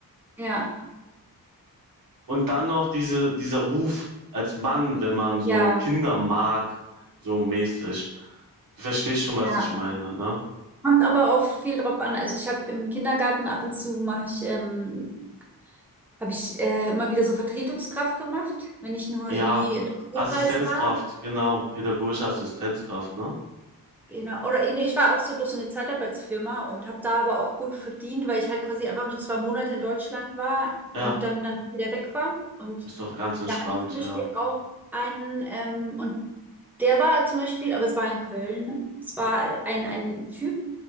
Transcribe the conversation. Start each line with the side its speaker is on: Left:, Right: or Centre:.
Centre: Ja.
Right: Und dann noch diese, dieser Ruf als Mann, wenn man so
Centre: Ja.
Right: Kinder mag, so mäßig. Du verstehst schon, was
Centre: Ja.
Right: ich meine, ne?
Centre: Kommt aber auch viel drauf an. Also ich habe im Kindergarten ab und zu mache ich ähm, habe ich äh, immer wieder so Vertretungskraft gemacht, wenn ich nur
Right: Ja,
Centre: irgendwie in der
Right: Assistenzkraft,
Centre: Hochreise war.
Right: genau, pädagogische Assistenzkraft, ne?
Centre: Genau. Oder nee, ich war auch so durch so eine Zeitarbeitsfirma und habe da aber auch gut verdient, weil ich halt quasi einfach nur zwei Monate in Deutschland war
Right: Ja,
Centre: und dann, dann wieder weg war. Und
Right: ist doch ganz entspannt,
Centre: da hatte ich zum Beispiel
Right: ja.
Centre: auch einen, ähm, und der war zum Beispiel, aber es war in Köln, ne? es war ein, ein Typ,